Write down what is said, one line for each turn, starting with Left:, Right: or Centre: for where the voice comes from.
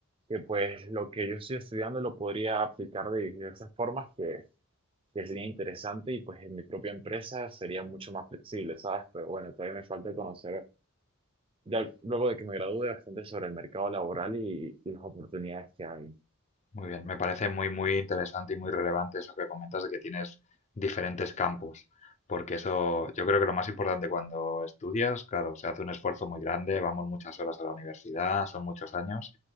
Right: que pues lo que yo estoy estudiando lo podría aplicar de diversas formas que que sería interesante y pues en mi propia empresa sería mucho más flexible, ¿sabes? Pero bueno, todavía me falta conocer, ya luego de que me gradúe, bastante sobre el mercado laboral y, y las oportunidades que hay.
Left: Muy bien, me parece muy, muy interesante y muy relevante eso que comentas de que tienes diferentes campos, porque eso yo creo que lo más importante cuando estudias, claro, se hace un esfuerzo muy grande, vamos muchas horas a la universidad, son muchos años,